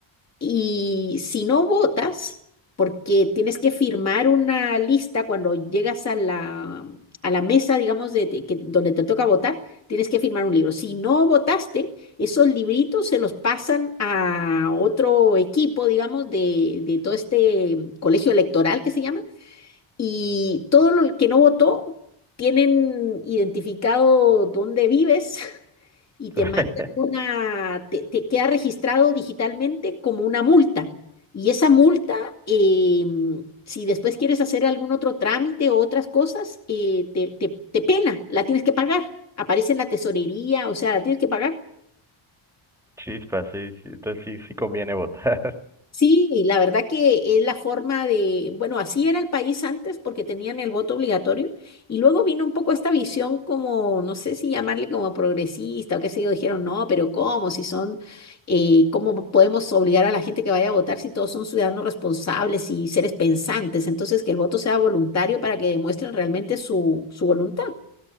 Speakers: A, on the left; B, in the centre.
A: y si no votas, porque tienes que firmar una lista cuando llegas a la, a la mesa, digamos, de, de que, donde te toca votar, tienes que firmar un libro. Si no votaste, esos libritos se los pasan a otro equipo, digamos, de, de todo este mm, colegio electoral que se llama, y todo lo que no votó, tienen identificado dónde vives y
B: <laughs>
A: te mandan una, te, te queda registrado digitalmente como una multa. Y esa multa, eh, si después quieres hacer algún otro trámite o otras cosas, eh, te, te, te pena, la tienes que pagar. Aparece en la tesorería, o sea, la tienes que pagar.
B: Chispa, sí, sí, entonces sí, sí conviene votar.
A: Sí, y la verdad que es la forma de, bueno, así era el país antes porque tenían el voto obligatorio y luego vino un poco esta visión como, no sé si llamarle como progresista o qué sé yo, dijeron, no, pero ¿cómo? Si son, eh, ¿cómo podemos obligar a la gente que vaya a votar si todos son ciudadanos responsables y seres pensantes? Entonces, que el voto sea voluntario para que demuestren realmente su, su voluntad.